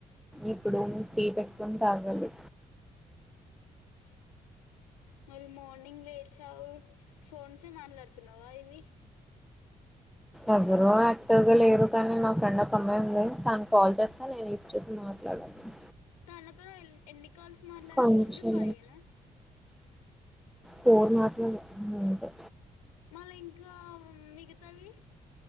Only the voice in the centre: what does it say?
ఇప్పుడు టీ పెట్టుకొని తాగాలి
ఎవరు యాక్టివ్గా లేరు కానీ మా ఫ్రెండ్ ఒక అమ్మాయి ఉంది తాను కాల్ చేస్తా నేను లిఫట్ చేసి మాట్లాడను
కొంచెం
పోూర్నాటం ఉందే